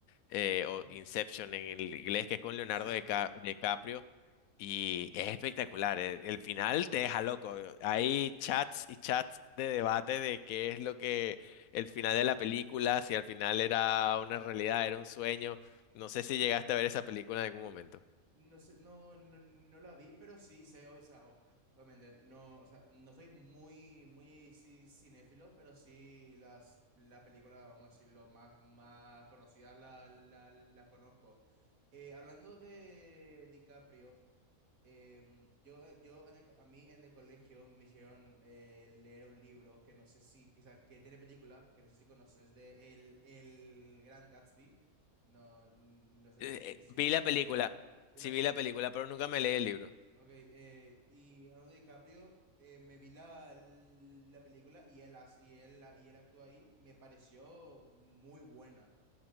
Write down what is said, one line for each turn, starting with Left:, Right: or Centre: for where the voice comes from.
Left: eh, o
Right: Mm,
Left: Inception en el inglés, que es con Leonardo
Right: Sí.
Left: Deca- DiCaprio, y es espectacular. El, el final te deja loco. Hay chats y chats de debate de qué es lo que el final de la película, si al final era una realidad, era un sueño. No sé si llegaste a ver esa película en algún momento.
Right: No sé, no, no, no la vi, pero sí sé, o sea, o- obviamente, no, o sea, no soy muy, muy ci- cinéfilo, pero sí las, la película, vamos a decirlo, más, más conocida la, la, la conozco. Eh, hablando de DiCaprio, Em, yo, eh, yo en el a mí en el colegio me hicieron eh, leer un libro que no sé si, que, o sea, que tiene película, que no sé si conoces, de El, el Gran Gatsby. No, no sé
Left: Eh,
Right: si,
Left: eh,
Right: si
Left: vi
Right: lo ubicas.
Left: la película,
Right: Vi
Left: sí
Right: la-
Left: vi
Right: Ok,
Left: la película, pero nunca me leí el libro.
Right: ok, eh, y Leonardo DiCaprio, eh, me vi la, la película y él, hace- y él, y él actúa ahí, me pareció muy buena.